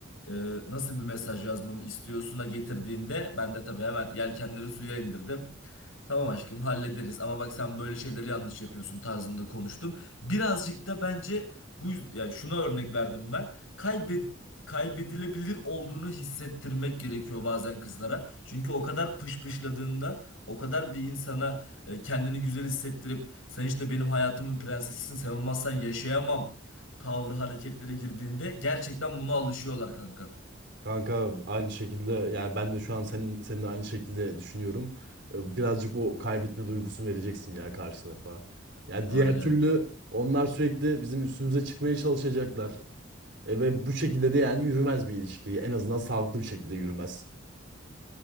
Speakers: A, on the left; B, on the right.
A: e, nasıl bir mesaj yazmamı istiyorsuna getirdiğinde ben de tabii hemen yelkenleri suya indirdim. Tamam aşkım hallederiz ama bak sen böyle şeyleri yanlış yapıyorsun tarzında konuştum. Birazcık da bence bu yüz- yani şuna örnek verdim ben. Kaybet kaybedilebilir olduğunu hissettirmek gerekiyor bazen kızlara. Çünkü o kadar pışpışladığında o kadar bir insana e, kendini güzel hissettirip sen işte benim hayatımın prensesisin sen olmazsan yaşayamam tavrı hareketlere girdiğinde gerçekten buna alışıyorlar kanka.
B: Kanka aynı şekilde yani ben de şu an senin seninle aynı şekilde düşünüyorum. Ee, Birazcık o kaybetme duygusunu vereceksin ya karşı tarafa. Ya diğer
A: Aynen.
B: türlü onlar sürekli bizim üstümüze çıkmaya çalışacaklar. E ve bu şekilde de yani yürümez bir ilişki. En azından sağlıklı bir şekilde yürümez.